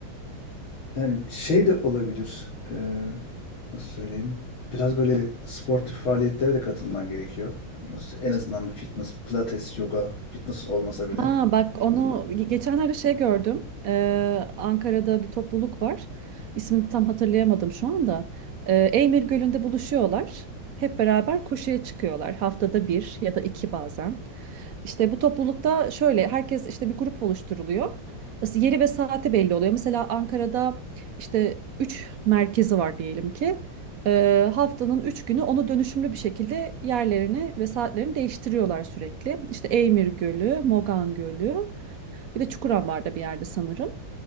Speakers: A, on the left; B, on the right.
A: Yani şey de olabilir. eee, nasıl söyleyeyim? Biraz böyle sportif faaliyetlere de katılman gerekiyor. Nasıl, en azından bir fitness, pilates, yoga, fitness olmasa bile.
B: Ha bak onu ge- geçenlerde şey gördüm. Ee, Ankara'da bir topluluk var. İsmini tam hatırlayamadım şu anda. Ee, Eymir Gölü'nde buluşuyorlar. Hep beraber koşuya çıkıyorlar. Haftada bir ya da iki bazen. İşte bu toplulukta şöyle herkes işte bir grup oluşturuluyor. As- Yeri ve saati belli oluyor. Mesela Ankara'da işte 3 merkezi var diyelim ki. Ee, haftanın 3 günü onu dönüşümlü bir şekilde yerlerini ve saatlerini değiştiriyorlar sürekli. İşte Eymir Gölü, Mogan Gölü, bir de Çukurambar'da bir yerde sanırım.